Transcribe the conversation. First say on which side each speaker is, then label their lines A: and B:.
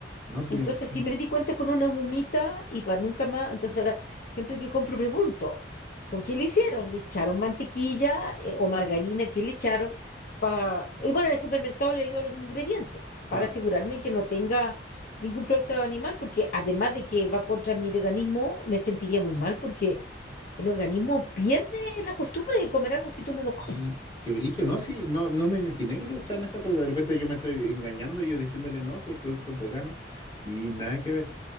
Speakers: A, on the left; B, on the left.
A: No, sí
B: Entonces,
A: me imagino.
B: si me di cuenta con una humita y para nunca más, entonces ahora siempre que compro pregunto, ¿con qué le hicieron? ¿Le echaron mantequilla eh, o margarina? ¿Qué le echaron? Pa... Y bueno, en el supermercado le leo los ingredientes
A: Claro.
B: para asegurarme que no tenga ningún producto animal, porque además de que va contra mi veganismo, me sentiría muy mal porque el organismo pierde la costumbre de comer algo si tú no lo comes.
A: Ay,
B: <laughs>
A: qué brillo, ¿no? Sí, no, no me imaginé que le echaban esa cosa. De repente yo me estoy engañando, y yo diciéndole no, si hay productos veganos y nada que ver.